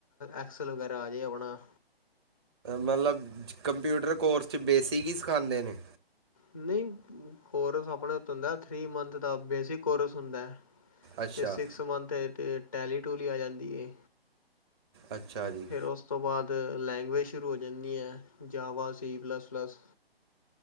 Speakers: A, on the left; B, on the right.
A: ਐਕਸਲ ਵਗੈਰਾ ਆ ਜੇ ਆਪਣਾ।
B: ਮਤਲਬ ਕੰਪਿਊਟਰ ਕੋਰਸ ਚ ਬੇਸਿਕ ਹੀ ਸਿੱਖਾਂਦੇ ਨੇ।
A: ਨਹੀਂ ਕੋਰਸ ਆਪਣੇ ਹੱਥ ਹੁੰਦਾ ਥ੍ਰਰੀ ਮੰਥ ਦਾ ਬੇਸਿਕ ਕੋਰਸ ਹੁੰਦਾ ਐ।
B: ਅੱਛਾ
A: ਤੇ ਸਿਕਸ ਮੰਥ ਈ ਚ ਟੈਲੀ ਟੂਲੀ ਆ ਜਾਂਦੀ ਐ।
B: ਅੱਛਾ ਜੀ
A: ਫੇਰ ਉਸ ਤੋਂ ਬਾਅਦ ਲੈਂਗੁਏਜ ਸ਼ੁਰੂ ਹੋ ਜਾਂਦੀ ਐ Java, C plus plus.